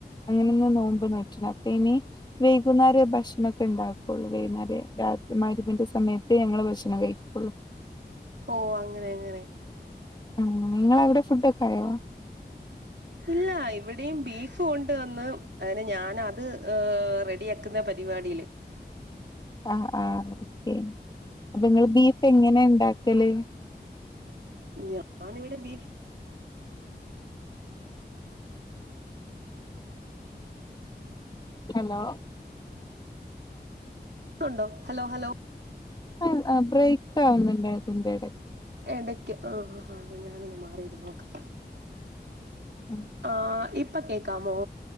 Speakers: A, on the left; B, on the right.
A: അങ്ങെനിന്ന് നോമ്പ്നോറ്റിണ് അപ്പ ഇനി വൈകുന്നേരം ഭക്ഷണണൊക്കെ ണ്ടാക്കൊള്ളൂ വൈന്നേരെ രാത്രി മയിരിമബിന്റെ സമയത്ത് പ്പയേഞങ്ങള് ഭക്ഷണം കഴികൊള്ളൂ
B: ഓ അങ്ങനെങ്ങനെ
A: ആ നിങ്ങളവിടെ ഫുഡൊക്കേയോ
B: ഇല്ല ഇവെടിം ബീഫ് കൊണ്ട് വന്ന് അങ്ങനെ ഞാനത് ഏ റെഡി ആക് ക്ക്ന്ന പരിപാടിയിൽ
A: ആ ആ ഓക്കെ അപ്പൊങ്ങള് ബീഫ് എങ്ങനെ ണ്ടാക്കല്
B: ഞാനിവ്ടെ ബീഫ്
A: ഹെലോ
B: അണ്ടോ ഹലോ ഹലോ
A: ആ അബ്രേക്കാവുന്നുണ്ട് അതിന്റെടെ
B: എടയ്ക്ക് ആആ ഞാനൊന്ന് മാറിയിരുന്നോകാം
A: മ്
B: ആ ഇപ്പകേക്കാമോ